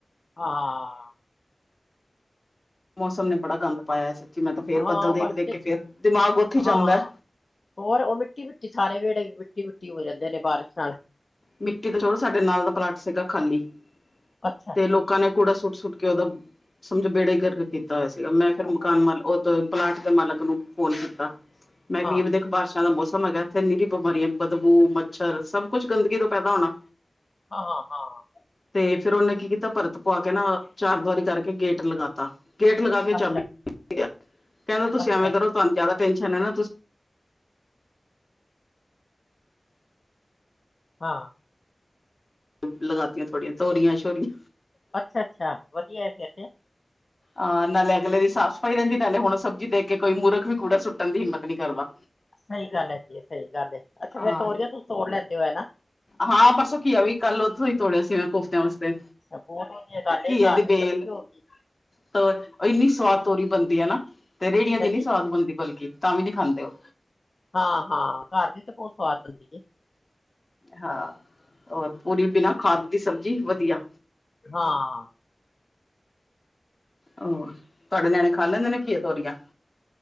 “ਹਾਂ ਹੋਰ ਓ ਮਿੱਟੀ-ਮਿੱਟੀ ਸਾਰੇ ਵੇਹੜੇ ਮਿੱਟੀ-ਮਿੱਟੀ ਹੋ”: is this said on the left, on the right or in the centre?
Left